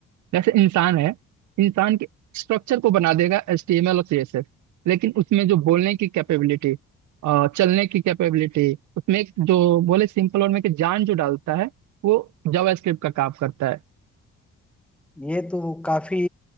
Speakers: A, on the right (about 70°); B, in the centre.
A: जैसे इंसान है इंसान के स्ट्रक्चर को बना देगा एचटीएमएल और सीएसएस लेकिन उसमें जो बोलने की कैपेबिलिटी चलने की कैपेबिलिटी उसमें एक जो बोले सिंपल और में कि जान जो डालता है वो जावास्क्रिप्ट का काम करता है
B: ये तो काफी